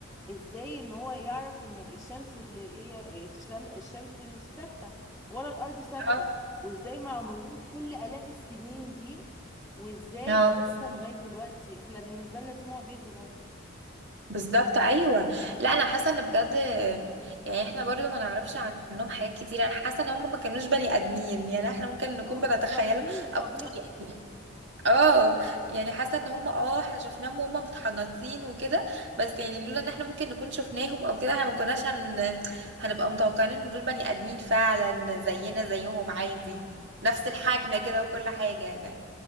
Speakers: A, in the centre; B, on the right (about 65°).
A: ازاي ان هو يعرف ان الشمس اللي هي إيه، الشم... الشمس مش ثابتة ولا الأرض ثابتة
B: اه
A: وازاي مع مرور كل آلاف السنين دي وازاي
B: اه
A: بيحصل لغاية دلوقتي احنا بالنسبة لنا دي معجزة برضه
B: بالظبط ايوه لا انا حاسه ان بجد يعني احنا برضو ما نعرفش عنهم حاجات كتير انا حاسه ان هم ما كانوش بني ادمين يعني احنا ممكن نكون
A: اه
B: بنتخيلهم
A: خارقين للطبيعة
B: أو يعني اه يعني حاسه ان هم اه احنا شفناهم وهم متحنطين وكده بس يعني لولا ان احنا ممكن نكون شفناهم او كده احنا ما كناش هن... هنبقى متوقعين ان دول بني ادمين فعلا زينا زيهم عادي نفس الحجم كده وكل حاجه